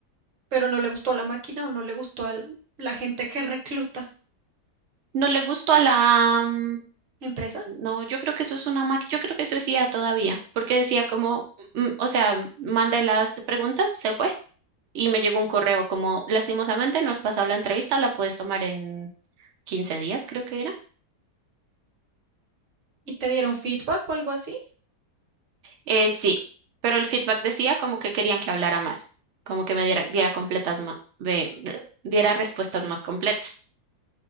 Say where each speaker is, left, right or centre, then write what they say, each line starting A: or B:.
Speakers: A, on the right; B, on the right.
A: Pero no le gustó a la máquina o no le gustó a la gente que recluta
B: No le gustó a la... mm,
A: empresa.
B: No, yo creo que eso es una máquina, yo creo que eso decía todavía, porque decía como, mm, o sea, manda las preguntas, se fue y me llegó un correo como, lastimosamente no has pasado la entrevista, la puedes tomar en 15 días, creo que era.
A: ¿Y te dieron feedback o algo así?
B: Eh, sí, pero el feedback decía como que querían que hablara más, como que me diera, diera completas ma- de, de- diera respuestas más completas.